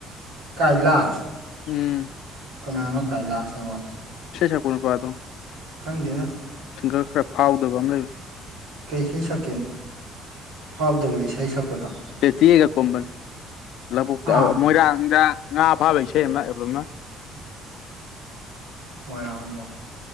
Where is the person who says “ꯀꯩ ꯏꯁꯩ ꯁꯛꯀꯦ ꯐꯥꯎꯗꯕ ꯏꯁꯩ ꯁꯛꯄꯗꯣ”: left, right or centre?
Right